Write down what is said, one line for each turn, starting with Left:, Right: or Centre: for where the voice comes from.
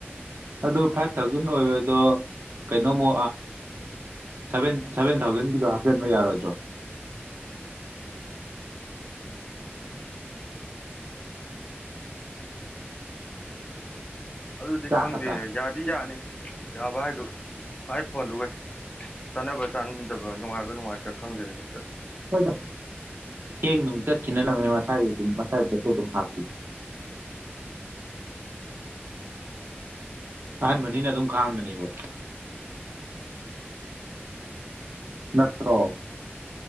Right: ꯑꯗꯨ ꯐꯥꯏꯚ ꯊꯥꯎꯖꯟ ꯑꯣꯏꯕꯗꯣ ꯀꯩꯅꯣꯃꯨ ꯁꯚꯦꯟ ꯁꯚꯦꯟ ꯊꯥꯎꯖꯟꯒꯤꯗꯣ ꯍꯥꯞꯆꯤꯟꯕ ꯌꯥꯔꯣꯏꯗ꯭ꯔꯣ
Left: ꯑꯗꯨꯗꯤ
Right: ꯆꯥꯛꯀꯗ꯭ꯔꯥ
Left: ꯈꯪꯗꯦꯍꯦ ꯌꯥꯗꯤ ꯌꯥꯅꯤ ꯌꯥꯕ ꯍꯥꯏꯗꯨ ꯃꯥꯏ ꯐꯣꯟꯗꯨꯒ ꯆꯥꯟꯅꯕ ꯆꯥꯟꯅꯗꯕ ꯅꯨꯡꯉꯥꯏꯕ ꯅꯨꯡꯉꯥꯏꯇ ꯈꯪꯗꯅꯤ
Right: ꯍꯣꯏꯗ ꯍꯦꯡ ꯅꯨꯡ ꯆꯠꯈꯤꯅꯅꯕꯅꯦ ꯃꯁꯥꯒꯤ ꯑꯗꯨꯝ ꯃꯁꯥꯒꯤ ꯄꯣꯠꯇꯣ ꯑꯗꯨꯝ ꯍꯥꯞꯄꯤ ꯑꯍꯥꯟꯕꯅꯤꯅ ꯑꯗꯨꯝ ꯈꯥꯡꯒꯅꯦꯕ ꯅꯠꯇ꯭ꯔꯣ